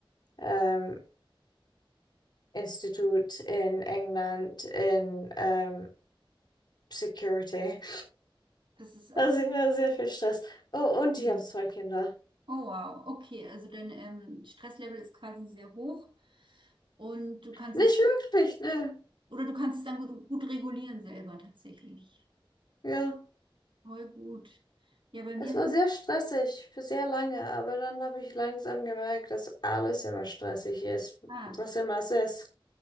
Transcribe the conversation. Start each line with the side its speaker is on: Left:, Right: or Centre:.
Left: ähm, Institut in England in ähm, Security.
Right: Das ist auch.
Left: Also, ja, sehr viel Stress. Oh, und
Right: Nee.
Left: ich habe zwei Kinder.
Right: Oh wow, okay, also dein ähm, Stresslevel ist quasi sehr hoch und du kannst
Left: Nicht
Right: es,
Left: wirklich, ne.
Right: oder du kannst es dann gut, gut regulieren selber tatsächlich.
Left: Ja,
Right: Voll gut. Ja, bei mir
Left: es
Right: ist
Left: war
Right: es,
Left: sehr stressig für sehr lange, aber dann habe ich langsam gemerkt, dass alles immer stressig ist,
Right: ah,
Left: was immer es ist.